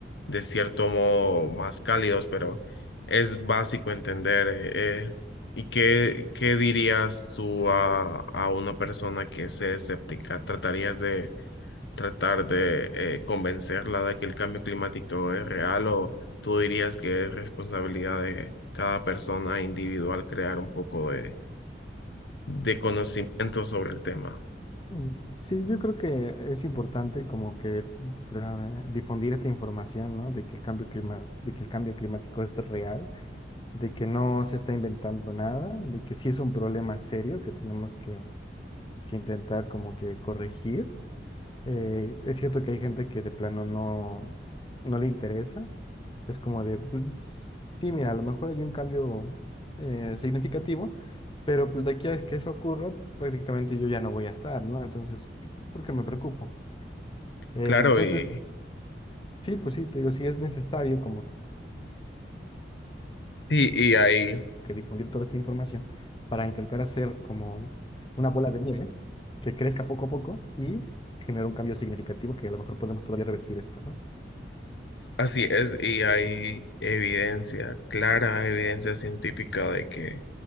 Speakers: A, on the left; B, on the left.
A: de cierto modo más cálidos, pero es básico entender. eh, eh, ¿y qué, qué dirías tú a, a una persona que es escéptica? ¿Tratarías de tratar de eh, convencerla de que el cambio climático es real o tú dirías que es responsabilidad de cada persona individual crear un poco de, de conocimiento sobre el tema?
B: Mm, Sí, yo creo que es importante como que tra- difundir esta información, ¿no? De que el cambio clima, de que el cambio climático es real de que no se está inventando nada, de que sí es un problema serio que tenemos que, que intentar como que corregir. Eh, es cierto que hay gente que de plano no, no le interesa. Es como de, pues, sí, mira, a lo mejor hay un cambio eh, significativo, pero pues de aquí a que eso ocurra, pues, prácticamente yo ya no voy a estar, ¿no? Entonces, ¿por qué me preocupo? Eh, Claro.
A: Claro,
B: entonces,
A: y,
B: sí, pues sí, te digo, sí es necesario como
A: y, y ahí
B: que difundir toda esta información para intentar hacer como una bola de nieve que crezca poco a poco y generar un cambio significativo que a lo mejor podemos todavía revertir esto, ¿no?
A: Así es, y hay evidencia, clara evidencia científica de que